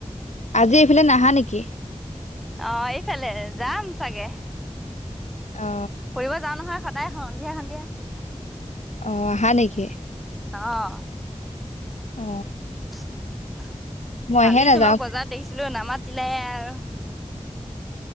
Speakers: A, on the left; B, in the centre.
A: আজি এইফালে নাহা নেকি?
B: অ এইফালে যাম চাগে
A: অ
B: ফুৰিব যাওঁ নহয় স সদাই স সন্ধিয়া সন্ধিয়া
A: অ আহা নেকি
B: অ
A: অ।
B: <unintelligible>
A: মইহে
B: কালি
A: নাযাওঁ
B: তোমাক বজাৰত দেখিছিলো নামা। লাই আৰু